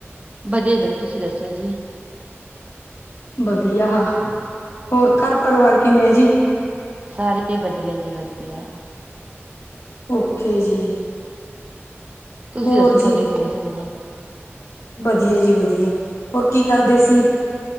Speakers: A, on the right; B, on the left.
A: ਵਧੀਆ, ਤੁਸੀ ਦਸੋ ਜੀ।
B: ਵਧੀਆ, ਹੋਰ ਘਰ ਪਰਵਾਰ ਕਿਮੇਂ ਐ ਜੀ?
A: ਸਾਰੇ ਵਧੀਆ ਜੀ ਵਧੀਆ।
B: ਓਕੇ ਜੀ।
A: ਤੁਸੀ
B: ਹੋਰ
A: ਦਸੋ ਤੁਹਾਡੇ
B: ਜੀ
A: ਕਿਵੇਂ ਸੀ ਨੇ ਜੀ।
B: ਵਧੀਆ ਜੀ ਵਧੀਆ, ਹੋਰ ਕੀ ਕਰਦੇ ਸੀ?